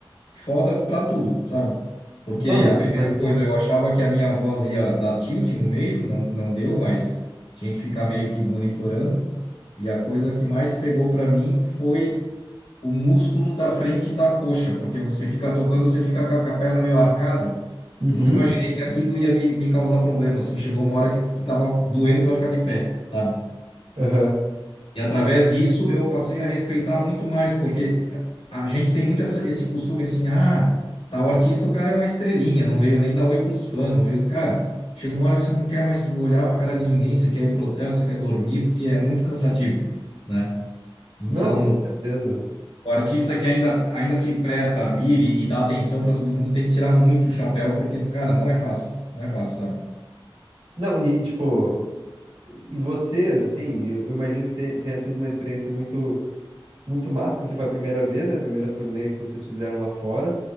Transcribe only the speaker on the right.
Mano,
mas.
Uhum.
Aham.
Não, com certeza.
Não, e tipo. E vocês, assim, eu, eu imagino que te- tenha sido uma experiência muito, muito massa, porque foi a primeira vez, né? A primeira turnê que vocês fizeram lá fora.